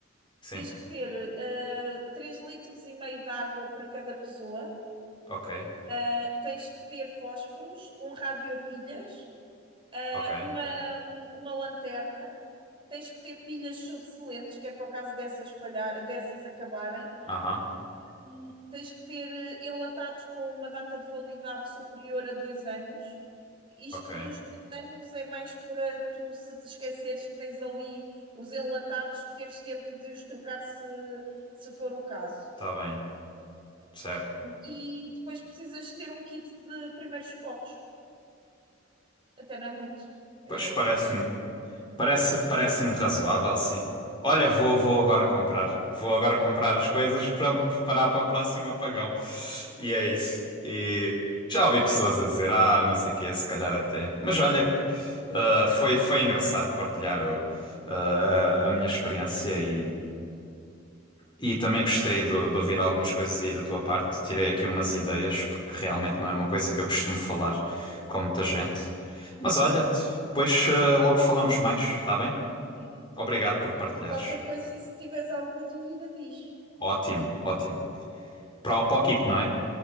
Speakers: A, on the left; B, on the right.
A: Sim,
B: Tens que ter ah, 3 litros e meio de água para cada pessoa,
A: ok,
B: ah, tens que ter fósforos, um rádio a pilhas, ah,
A: ok,
B: uma, uma lanterna, tens que ter pilhas subsolentes, que é para o caso dessas falhar, dessas acabarem,
A: aham,
B: Hum, tens que ter eh, enlatados com uma data de validade superior a dois anos. Isto
A: ok,
B: dos dois anos é mais para tu, se te esqueceres que tens ali os enlatados, teres tempo de os trocar se, se for o caso.
A: tá bem, certo.
B: e depois precisas ter um kit de primeiros socorros. Até não é muito. É,
A: Pois parece-me.
B: é
A: Parece, parece-me razoável, sim. Olha, vou, vou agora comprar. Vou agora comprar as coisas para me preparar para o próximo apagão. E é isso. E já ouvi pessoas a dizer, ah, não sei o que é se calhar até. Mas olha, ah, foi, foi engraçado partilhar o- ah, a minha experiência e, e também gostei de, de ouvir algumas coisas aí da tua parte. Tirei aqui umas ideias, porque realmente não é uma coisa que eu costumo falar com muita gente. Mas olha, depois ah, logo falamos mais, está bem?
B: assim.
A: Obrigado por partilhares.
B: E qualquer coisa, se tiveres alguma dúvida, diz.
A: Ótimo, ótimo. Para o, para o kit, não é?